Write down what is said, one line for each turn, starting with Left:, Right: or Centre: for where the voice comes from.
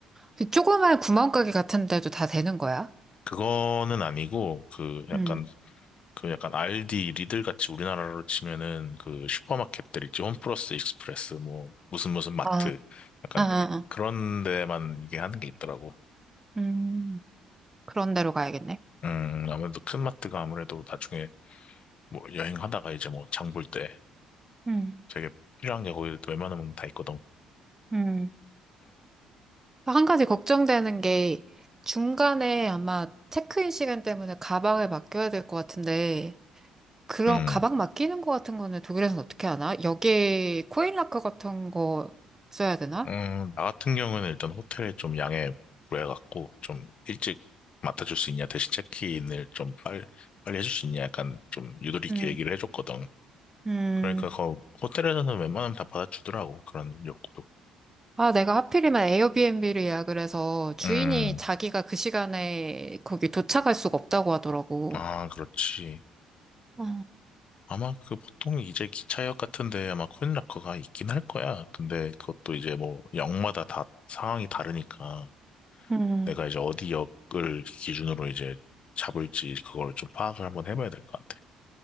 Right: 그 조그만 구멍가게 같은 데도 다 되는 거야?
Left: 그거는 아니고 그 약간
Right: 음.
Left: 그 약간 알디 리들 같이 우리나라로 치면은 그 슈퍼마켓들 있지 홈플러스 익스프레스 뭐 무슨 무슨 마트
Right: 아,
Left: 약간
Right: 아, 아, 아.
Left: 이- 그런 데만 이게 하는 게 있더라고.
Right: 음, 그런 데로 가야겠네.
Left: 음, 아무래도 큰 마트가 아무래도 나중에 뭐 여행하다가 이제 뭐 장볼 때
Right: 음,
Left: 되게 필요한 게 거기 또 웬만하면 다 있거든.
Right: 음. 한 가지 걱정되는 게 중간에 아마 체크인 시간 때문에 가방을 맡겨야 될 것 같은데 그런
Left: 음.
Right: 가방 맡기는 것 같은 거는 독일에서는 어떻게 하나? 여기에 코인락커 같은 거 써야 되나?
Left: 음, 나 같은 경우는 일단 호텔에 좀 양해 구해갖고, 좀 일찍 맡아줄 수 있냐, 대신 체크인을 좀 빨리, 빨리 해줄 수 있냐, 약간 좀 유도리 있게
Right: 음,
Left: 얘기를 해줬거든.
Right: 음,
Left: 그러니까 거, 호텔에서는 웬만하면 다 받아주더라고, 그런 요구도.
Right: 아, 내가 하필이면 에어비앤비를 예약을 해서 주인이
Left: 음,
Right: 자기가 그 시간에 거기 도착할 수가 없다고 하더라고.
Left: 아, 그렇지.
Right: 어,
Left: 아마 그 보통 이제 기차역 같은데 아마 코인락커가 있긴 할 거야. 근데 그것도 이제 뭐 역마다 다 상황이 다르니까
Right: 음.
Left: 내가 이제 어디 역을 기준으로 이제 잡을지 그걸 좀 파악을 한번 해봐야 될 것 같아.